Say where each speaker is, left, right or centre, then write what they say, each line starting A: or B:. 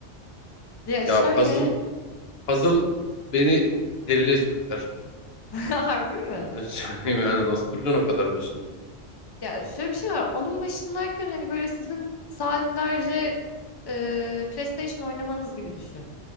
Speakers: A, on the left (about 35°); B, on the left (about 65°).
A: Ya şöyle,
B: Ya puzzle puzzle beni deliliğe sürükler.
A: <laughs> harbi mi?
B: Öyle <laughs> söyleyeyim yani nasıl duracaksın o kadar başında?
A: Ya şöyle bir şey var. Onun başındayken hani böyle sizin saatlerce e, PlayStation oynamanız gibi düşün.